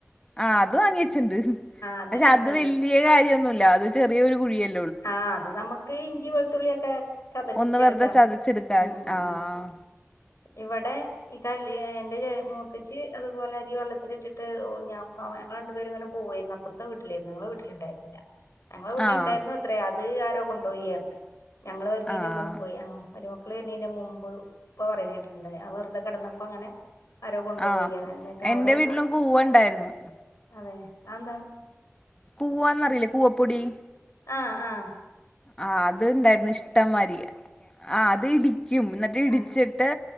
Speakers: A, on the left; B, on the left.
A: ആഹ അത് വാങ്ങിച്ചിണ്ട്
B: അതെന്റെ
A: പക്ഷെ
B: അടുത്തുണ്ട്
A: അത് വലിയ കാര്യൊന്നുമല്ല അത് ചെറിയൊരു കുഴിയല്ല
B: ആഹ അത് നമ്മുക്ക് ഇഞ്ചി വെളുത്തുള്ളിൊക്കെ ചതക്കിച്ചെടുക്കാം
A: ഒന്ന് വെറുതെ ചതച്ചെടുക്കാൻ
B: ഉം
A: ആഹ്
B: ഉ ഇവിടെ ഈ കല് എന്റെ മുത്തച്ച്ച് അതുപോലെ അരി വെള്ളത്തില ഇട്ടിട്ട് ഞ ഞങ്ങൾ രണ്ടുപേും ഇങ്ങനെ പോകും പോയിരുന്നപ്പറത്തെ വീട്ടില നിങ്ങള വീട്ടില ഉണ്ടായിരുന്നില്ല ഞങ്ങളെ വീട്ടില
A: ആഹ്
B: ഇണ്ടായിരുന്നു അത്രയാ അത് ആരോ കൊണ്ടുപോയിയായിരുന്നു ഞങ്ങൾ ഒരുണീന്റെ
A: ആഹ്
B: മുമ്പ് ഞമ മീന്റെ മുമ്പ് ഇപ്പൊ പറയുന്നിട്ടുണ്ട് ആ വെറുതെ കിടന്നപ്പോ അങ്ങനെ ആരോ കൊണ്ടുപോയിറ
A: ആഹ്
B: എന്നിട്ട്
A: എന്റെ
B: അവള്
A: വീട്ടിലും കൂവ ഉണ്ടായിരുന്നു
B: അതെ അഹ് ന്താ
A: കൂവന്ന്റിയില്ല കൂവപ്പൊടി
B: ആഹ ആഹ
A: ആ അത് ഇണ്ടായിരുന്നു ഇഷ്ടംമാരി ആ അത് ഇടി ും എന്നിട്ട് ഇടിച്ചിട്ട്
B: ആഹ്